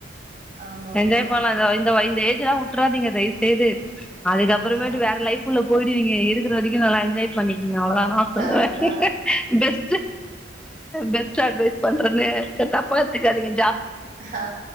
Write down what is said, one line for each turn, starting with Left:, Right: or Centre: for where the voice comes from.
Right: ஆமா ஆமா
Centre: என்ஜாய் பண்ணலாம் இந்த வை இந்த ஏஜ்ஜெல்லா உட்டுறாதீங்க தய்செய்து அதுக்கப்ற மேட்டு
Right: ஆமா
Centre: வேற லைப் குள்ள போயிடுவீங்க இருக்குற வரைக்கும் நல்ல என்ஜாய் பண்ணிக்குங்க அவ்ளோதா நா சொல்லுவேன்
Right: அதுதா
Centre: பெஸ்ட் பெஸ் ஸ்டா அட்வைஸ் பண்றேன்னு தப்பா எத்துகாதிங்க
Right: ஆ